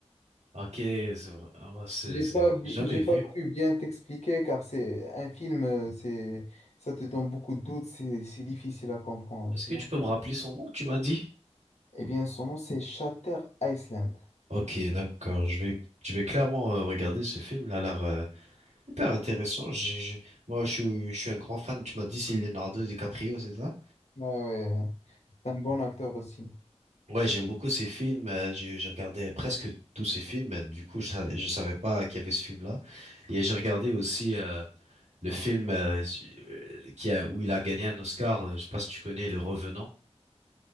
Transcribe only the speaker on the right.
Ok, c'est vrai. Oh, c'est,
c'est-
j'ai jamais
vu.
Est-ce
que
tu peux me rappeler son nom, tu m'as dit?
Ok, d'accord. Je vais, je vais clairement euh, regarder ce film. Il a l'air euh, hyper intéressant. J'ai- j'ai- moi, je suis, je suis un grand fan. Tu m'as dit c'est Leonardo DiCaprio, c'est ça?
Ouais, j'aime beaucoup ces films. euh, j'ai j'ai regardé presque tous ces films. euh, Du coup, je, sa- je savais pas qu'il y avait ce film-là. Et j'ai regardé aussi euh, le film euh, euh, qui a, où il a gagné un Oscar. euh, je sais pas si tu connais, Le Revenant.